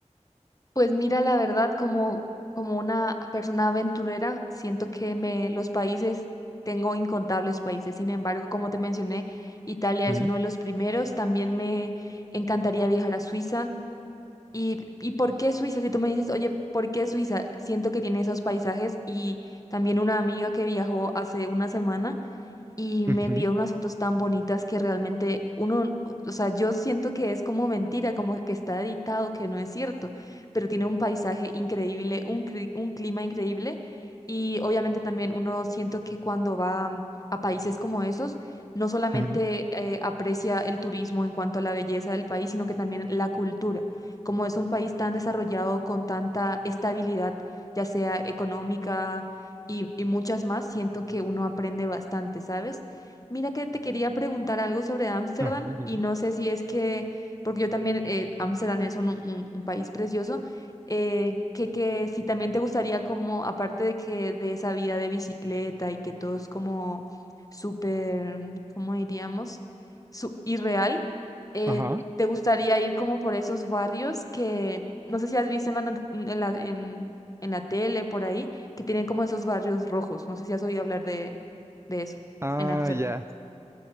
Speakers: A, on the left; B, on the right.
A: Pues mira, la verdad, como, como una persona aventurera, siento que me, los países, tengo incontables países. Sin embargo, como te mencioné, Italia
B: Ujú,
A: es uno
B: Ok.
A: de los primeros. También me encantaría viajar a Suiza. ¿Y, y por qué Suiza? Si tú me dices, oye, ¿por qué Suiza? Siento que tiene esos paisajes y también una amiga que viajó hace una semana. y me
B: Ujú,
A: envió unas fotos tan bonitas que realmente uno, o sea, yo siento que es como mentira, como que está editado, que no es cierto, pero tiene un paisaje increíble, un, cri- un clima increíble y obviamente también uno siento que cuando va mm, a países como esos, no solamente
B: ujú.
A: eh, aprecia el turismo en cuanto a la belleza del país, sino que también la cultura. Como es un país tan desarrollado con tanta estabilidad, ya sea económica, y, y muchas más, siento que uno aprende bastante, ¿sabes? Mira que te quería preguntar algo sobre Ámsterdam
B: Ajá, digo.
A: y no sé si es que, porque yo también, eh, Ámsterdam es un, un- un país precioso, eh, que, que si también te gustaría como, aparte de que de esa vida de bicicleta y que todo es como súper, ¿cómo diríamos? Su, irreal, eh,
B: Ajá.
A: ¿te gustaría ir como por esos barrios que, no sé si has visto en la, not- en la, en en la tele, por ahí? que tienen como esos barrios rojos. No sé si has oído hablar de, de eso
B: Ah,
A: en Ámsterdam.
B: ya.